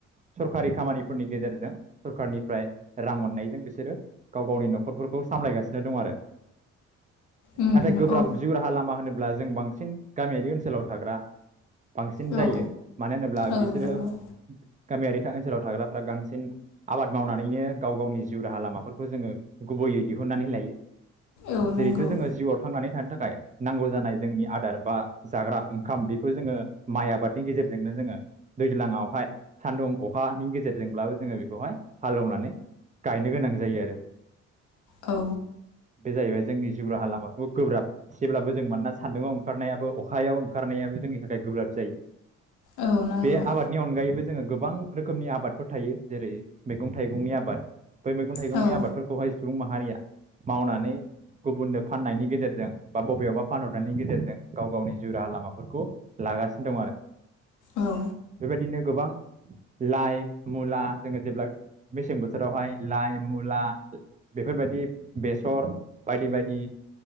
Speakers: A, on the right; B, on the left.
A: सरखारि खामानिफोरनि गेजेरजों सरखारनिफ्राय रां अननाय बेजों बिसोरो गाव गावनि न'खरफोरखौ सामलायगासिनो दं आरो
B: उम
A: नाथाय गोब्राब
B: औ
A: जिउ राहा लामा होनोब्ला जों बांसिन गामियारि ओनसोलाव थाग्रा बांसिन जायो
B: औ
A: मानो होनोब्ला
B: औ
A: बिसोरो
B: नंगौ
A: गामियारि ओनसोलाव थाग्राफ्रा बांसिन आबाद मावनानैनो गाव गावनि जिउ राहा लामाफोरखौ जोंङो गुबैयै दिहुन <unintelligible> नानै लायो
B: औ
A: जेरैथ'
B: नंगौ
A: जोंङो जिउआव थांनानै थानो थाखाय नांगौ जानाय जोंनि आदार बा जाग्रा ओंखाम बेखौ जोंङो माइ आबादनि गेजेर जोंनो जोङो दैज्लाङावहाय सान्दुं अखानि गेजेरजोंब्लाबो जोङो बिखौहाय हालोवनानै गायनो गोनां जायो आरो।
B: औ‌
A: बे जाहैबाय जोंनि जिउ राहा लामाफोरखौ गोब्राब एसेब्लाबो जों मानोना सान्दुङाव ओंखारनायाबो अखायाव ओंखारनायाबो जोंनि थाखाय गोब्राब जायो
B: औ नंगौ
A: बे आबादनि अनगायैबो जोङो गोबां रोखोमनि आबादफोर थायो जेरै मैगं थाइगंनि आबाद बै मैगं थाइगंनि
B: औ
A: आबादफोरखौहाय सुबुं माहारिया मावनानै गुबुननो फाननायनि गेजेरजों बा बबेयावबा फानहरनायनि गेजेरजों गाव गावनि जिउ राहा लामाफोरखौ लागासिनो दं आरो
B: औ
A: बेब बिदिनो गोबां लाइ मुला जोङो जेब्ला मेसें बोथोरावहाय लाइ मुला बेफोरबायदि बेसर बायदि बायदि